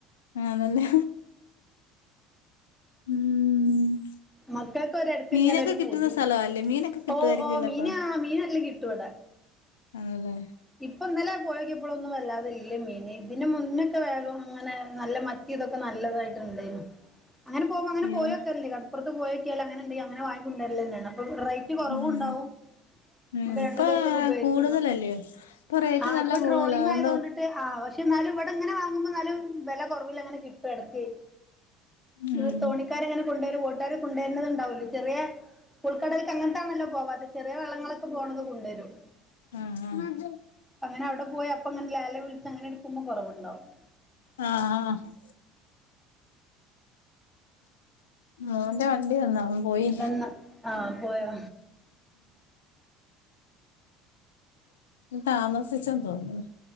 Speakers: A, on the left (about 75°); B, in the centre.
A: ആ അതന്നെ ഉം
B: മക്കൾക്ക് ഒരിടത്ത്
A: മീനൊക്കെ
B: ഇങ്ങനെ ഒരു
A: കിട്ടുന്ന
B: പൂതിയാണ്
A: സലല്ലേ മീനൊക്കെ കിട്ടുയിരിക്കുല്ലോപ്പൊ
B: ഓഹ് ഓഹ് മീന് ആഹ് മീനല്ലെ കിട്ടുവിടാ
A: ആണല്ലേ
B: ഇപ്പൊ ഇന്നലെ പോയക്ക ഇപ്പളന്നും വല്ലാതെല്ല മീൻ ഇതിന് മുന്നൊക്കെ വേഗം അങ്ങനെ നല്ല മ ത്തി ഇതൊക്കെ നല്ലതായിട്ട്ണ്ടായിനിം
A: <unintelligible>
B: അങ്ങന പോുമ്പോ അങ്ങെ പോയക്കല്ല
A: ഏഹ്
B: കടപ്പുറ പോയോക്കിയാല അങ്ങനെണ്ടെ അങ്ങനെ വാങ്ങി കൊണ്ടരൽന്നെ ആണ്അപ്പൊ റ റ്റ കുറവ
A: ഉം
B: ഉണ്ടാവും
A: ഉം
B: നമുക്ക്
A: ഇപ്പൊ
B: രണ്ടു ദിവസൊക്കെ ഉപയോഗിക്ക
A: കൂടുതലല്ലയോ ഇപ്പൊ റേറ്റ്
B: ആ
A: നല്ല
B: ഇപ്പ
A: കൂടുതലാ
B: ടോളിംഗങ്
A: അതുകൊണ്ട്
B: ആയതുകൊണ്ട് ആ പക്ഷെ എന്നാലും ഇവിടെ ഇങ്ങനെ വാങ്ങുമ്പോ എന്നാലും വില കുറവില അങ്ങനെ കിട്ടും ഇടക്ക്.
A: ഉം
B: ഇ തോണിക്കാര എങ്ങനെ കൊണ്ടുവരും വോട്ടുകാരെ കൊണ്ടുവരുന്നത് ഉണ്ടാവല്ലോ ചെറിയ ഉൾക്കടലക്ക് അങ്ങനത്താണല്ലോ പോവാതെ ചെറിയ വള്ളങ്ങളൊക്കെ പോണത് കൊണ്ടുവരും.
A: ആഹ ആഹ.
B: അങ്ങനെ അവിടെ പോയി അപ്പ അങ്ങനെ ലാലെ വിളിച്ച് അങ്ങനെടുക്കുമ്പോ കുറവുണ്ടാവും.
A: ആഹ ആഹ. മോന്റെ വണ്ടി വന്നാ ഒന് പോയി.
B: വന്ന് ആഹ് പോയോ
A: ഉ താമസിച്ചന്ന്തോന്നുന്നു